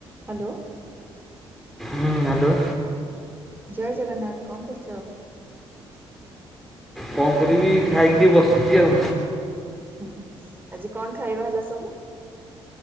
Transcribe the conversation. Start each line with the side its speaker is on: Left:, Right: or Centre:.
Right: Hello.
Centre: ହୁଁ hello.
Right: ଜୟ ଜଗନ୍ନାଥ କଣ କରୁଛ।
Centre: କଣ କରିବି ଖାଇକି ବସିଛି ଆଉ।
Right: ଉଁ ହୁଁ ଆଜି କଣ ଖାଇବା ହେଲା ସବୁ।